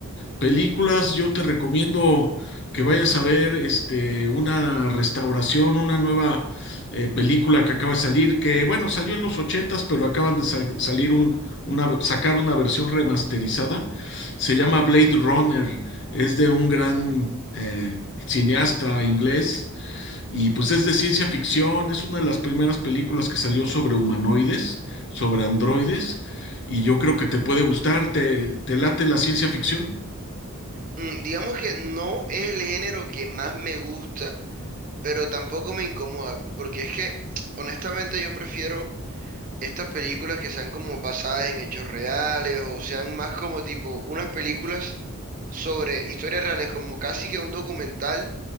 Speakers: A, on the left; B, on the right.
A: películas, yo te recomiendo que vayas a ver este una restauración, una nueva eh, película que acaba de salir, que bueno, salió en los ochentas, pero acaban de sal- salir un, una, sacar una versión remasterizada. Se llama Blade Runner, es de un gran eh, cineasta inglés Y pues es de ciencia ficción, es una de las primeras películas que salió sobre humanoides, sobre androides, y yo creo que te puede gustar, ¿te, te late la ciencia ficción?
B: Mm, digamos que no es el género que más me gusta, pero tampoco me incomoda, porque es que <tsk> honestamente yo prefiero estas películas que sean como basadas en hechos reales o sean más como tipo unas películas sobre historias reales, como casi que un documental,